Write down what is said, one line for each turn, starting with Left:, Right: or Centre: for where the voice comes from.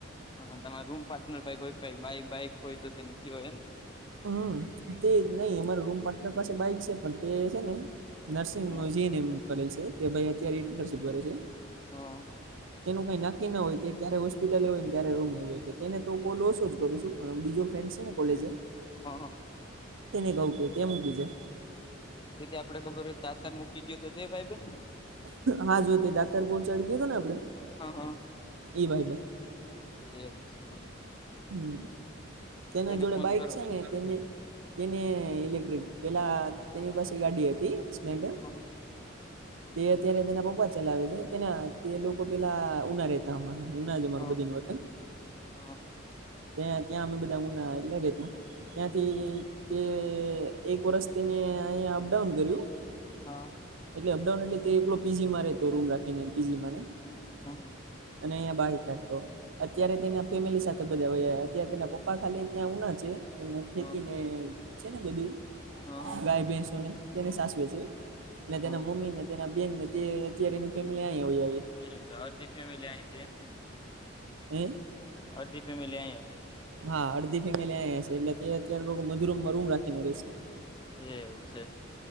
Left: હા તમારા રૂમ પાર્ટનર ભાઈ કોઈ બાઈક બાઈક હોય તો તેને કયો હોય, એમ ને
Right: હમ્મ તે નહી અમારો રૂમ પાર્ટનર પાસે બાઈક સે પણ તે છે, ને નર્સિંગ
Left: હા
Right: નો જીનેમ કરેલ છે, તે ભાઈ અત્યારે ઇર્નશીપ કરે છે.
Left: હ.
Right: તેનું કઈ નક્કી ના હોય તે ક્યારે હોસ્પિટલ એ હોય ક્યારે રૂમે હોય તેને તો કોલ ઓછો જ કરું છું પણ બીજો ફ્રેન્ડ છે, ને કોલેજે
Left: હ હ
Right: તેને કહું કે તે મૂકી જાય
Left: દીદી આપડે ખબર હોય દાતર મુ કઈ ગયો <unintelligible>
Right: હા જો તે દાતર પહોંચાડી ગયો હતો ને આપડે
Left: હા
Right: ઈ ભાઈબંધ
Left: હ એમ છે.
Right: હમ્મ તેના
Left: તેને
Right: જોડે
Left: ફોન
Right: બાઈક
Left: કરો
Right: છે ને? તેને તેને ઇલેક્ટ્રિક પેલા તેની પાસે ગાડી હતી
Left: હા
Right: <inaudible> તે અત્યારે તેના પપ્પા ચલાવે છે, તેના તે લોકો પેલા ઉના રેતા અમા ઉના
Left: હા
Right: જ અમારું બધી નું વતન
Left: હા.
Right: ત્યાં ત્યાં અમે બધા ઉના એટલે રેતા ત્યાંથી તે એક વર્ષ તેને અહીયા અપડાઉન કર્યું
Left: હા.
Right: એટલે અપડાઉન એટલે તે એકલો પીજી મા રેતો રૂમ રાખીને પીજીમા ને
Left: હા હા.
Right: અને અયા બાઈક રાખતો અત્યારે તેના ફેમિલી સાથે બધા ઓયા અતયાર તેના પપ્પા ખાલી ત્યાં ઉના છે. એને ખેતી
Left: હા
Right: ને છે, ને બધું
Left: હા
Right: ગાય ભેસો ને તેની સાસવે છે,
Left: હા
Right: ને તેના મમ્મી ને તેના બેનને તે અત્યારે એની ફેમિલી આય વઇ આવલી
Left: <unintelligible> આય છે, એમને
Right: એ
Left: અડધી ફેમેલી આયા છે.
Right: હા અડધી ફેમિલી આયા છે, એટલે તે અત્યારે મધુરૂમ માં રૂમ રાખીને રહીશે
Left: એ એવું છે.